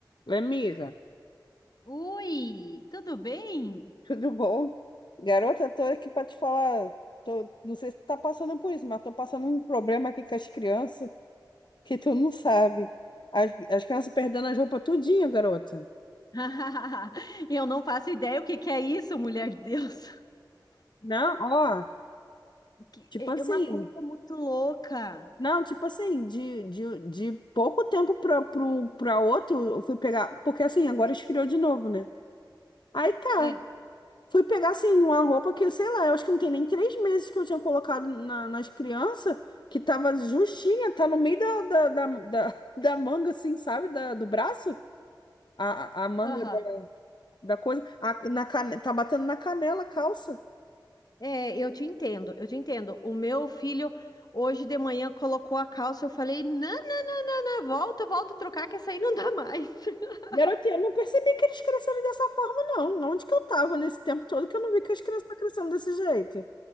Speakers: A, on the left; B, on the left.
A: Oi, Amiga,
B: Oi, tudo bem?
A: tudo bom? Garota, tô aqui pra te falar. Tô, não sei se tu tá passando por isso, mas tô passando um problema aqui com as crianças que tu não sabe. As, as crianças perdendo as roupas tudinho, garota.
B: <laughs> Eu não faço ideia o que que é isso, mulher de Deus.
A: Não, ó,
B: Que-
A: tipo
B: É
A: assim.
B: é uma coisa muito louca.
A: Não, tipo assim, de, de, de pouco tempo pra, pro, pra outro, eu fui pegar. Porque assim, agora esfriou de novo, né? Aí tá.
B: É,
A: Fui pegar, assim, uma roupa que, sei lá, eu acho que não tem nem três meses que eu tinha colocado na- nas crianças, que tava justinha, tá no meio da, da, da, da, <laughs> da manga, assim, sabe? Da, do braço. A, a a manga
B: aham.
A: da, da coisa. A, na cane... Tá batendo na canela a calça.
B: É, eu te entendo, eu te entendo. O meu filho hoje de manhã colocou a calça, eu falei, não, não, não, não, não, volta, volta a trocar, que essa aí não dá mais. <laughs>
A: Garota, eu não percebi que eles cresceram dessa forma, não. Onde que eu tava nesse tempo todo que eu não vi que as crianças estão crescendo desse jeito?